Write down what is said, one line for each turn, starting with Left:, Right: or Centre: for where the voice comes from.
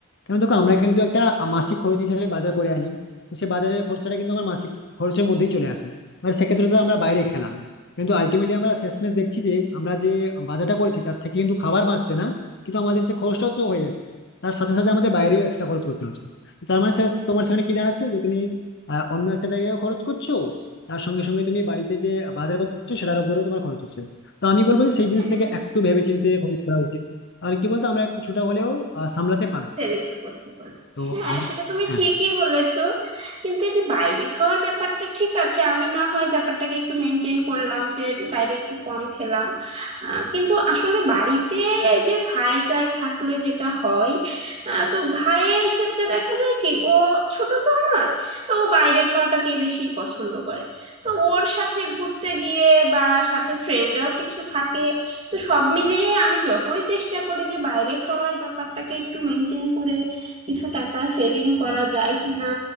Left: কারণ দেখো আমরা কিন্তু একটা মাসিক খরচ হিসেবে বাজার করে আনি তো সে বাজারের খরচাটা কিন্তু আমার মাসিক খরচের মধ্যেই চলে আসে মানে সেক্ষেত্রে তো আমরা বাইরে খেলাম কিন্তু আলটিমেটলি আমরা শেষমেশ দেখছি যে আমরা যে বাজারটা করেছি তার থেকে কিন্তু খাবার বাঁচছে না কিন্তু আমাদের সে খরচটাও তো হয়ে যাচ্ছে তার সাথে সাথে আমাদের বাইরেও এক্সট্রা খরচ করতে হচ্ছে তার মানে স্যার তোমার সেখানে কি দাঁড়াচ্ছে যে তুমি আহ, অন্য একটা জায়গায় খরচ করছো তার সঙ্গে সঙ্গে তুমি বাড়িতে যে বাজার করছো সেটার উপরেও তোমার খরচ হচ্ছে তো আমি বলবো যে সেই জিনিসটাকে
Right: হ্যাঁ
Left: একটু ভেবেচিন্তে খরচ করা উচিত তাহলে কি বলতো আমরা কিছুটা হলেও আহ, সামলাতে পারবো
Right: সেভিংস করতে পারো
Left: তো
Right: হ্যাঁ
Left: আর
Right: সেটা তুমি
Left: হ্যাঁ
Right: ঠিকই বলেছো কিন্তু এই যে বাইরে খাওয়ার ব্যাপারটা ঠিক আছে আমি না হয় ব্যাপারটাকে একটু মেনটেন করলাম যে বাইরে একটু কম খেলাম আহ, কিন্তু আসলে বাড়িতে এই যে ভাইটাই থাকলে যেটা হয় আহ, তো ভাইয়ের ক্ষেত্রে দেখা যায় কি ও ছোট তো আমার তো ও বাইরে খাওয়াটাকেই বেশি পছন্দ করে তো ওর সাথে ঘুরতে গিয়ে বা সাথে ফ্রেন্ডরাও কিছু থাকে তো সব মিলিয়ে আমি যতই চেষ্টা করি যে বাইরে খাওয়ার ব্যাপারটাকে একটু মেনটেন করে কিছু টাকা সেভিং করা যায় কিনা